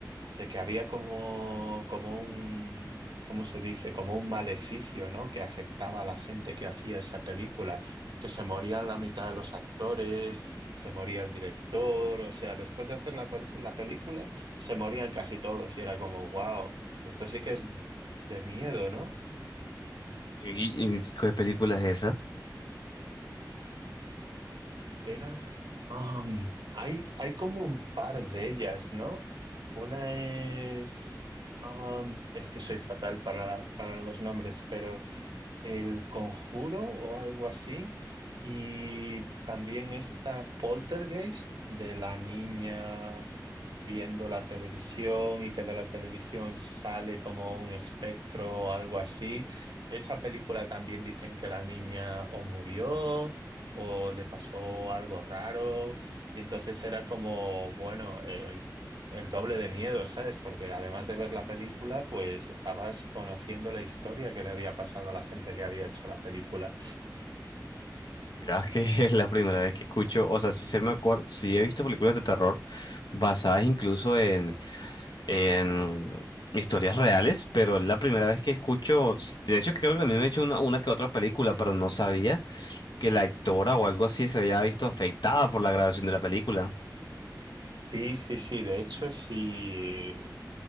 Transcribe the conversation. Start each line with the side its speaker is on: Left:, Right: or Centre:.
Right: de que había como, como un, ¿cómo se dice? Como un maleficio, ¿no? Que afectaba a la gente que hacía esa película, que se morían la mitad de los actores, se moría el director, o sea, después de hacer la, pel- la película, se morían casi todos y era como, wow, esto sí que es de miedo, ¿no?
Left: ¿Y, y qué película es esa?
Right: Era, um, hay, hay como un par de ellas, ¿no? Una es, um, es que soy fatal para, para los nombres, pero el Conjuro o algo así. Y también está Poltergeist de la niña viendo la televisión y que de la televisión sale como un espectro o algo así. Esa película también dicen que la niña o murió o le pasó algo raro. Y entonces era como, bueno, em, el doble de miedo, ¿sabes? Porque además de ver la película, pues estabas conociendo la historia que le había pasado a la gente que había hecho la película.
Left: Mirá que <laughs> es la primera vez que escucho, o sea, sí se me acuerdo, sí he visto películas de terror basadas incluso en, en historias reales, pero es la primera vez que escucho, de hecho creo que también me he hecho una, una que otra película, pero no sabía que la actora o algo así se había visto afectada por la grabación de la película.
Right: Sí, sí, sí. De hecho, si,